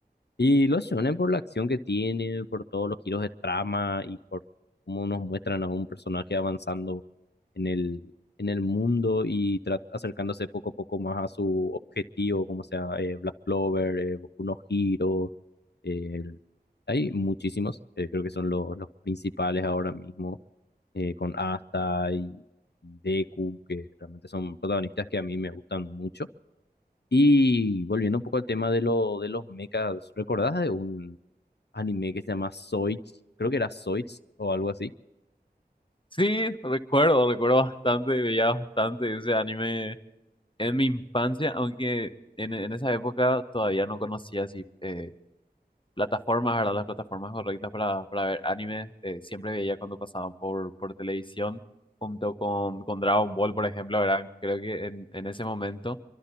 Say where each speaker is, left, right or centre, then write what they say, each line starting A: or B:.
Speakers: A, on the left; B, on the left.
A: Y los shonen por la acción que tiene, por todos los giros de trama y por cómo nos muestran a un personaje avanzando en el, en el mundo y tra- acercándose poco a poco más a su objetivo, como sea eh, Black Clover, eh, Boku no Hero, eh, el- hay muchísimos, eh, creo que son lo- los principales ahora mismo, eh, con Asta y, y Deku, que realmente son protagonistas que a mí me gustan mucho y volviendo un poco al tema de lo de los mechas, ¿recordás de un anime que se llama Zoids? Creo que era Zoids o algo así.
B: Sí, recuerdo, recuerdo bastante, veía bastante ese anime en mi infancia, aunque en, en esa época todavía no conocía así eh, plataformas, ¿verdad? Las plataformas correctas para, para ver anime. eh, siempre veía cuando pasaban por, por televisión junto con, con Dragon Ball, por ejemplo, ¿verdad? Creo que en, en ese momento